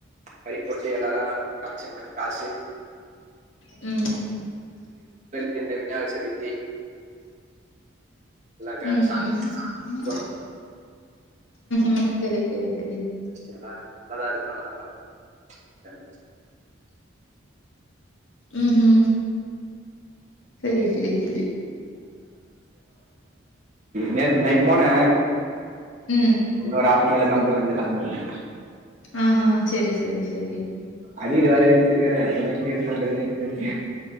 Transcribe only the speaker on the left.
உ
உ
உ உ
உ சரி சரி சரி
உ உ செரி செரி செரி
உ
ஆஹா செரி செரி செரி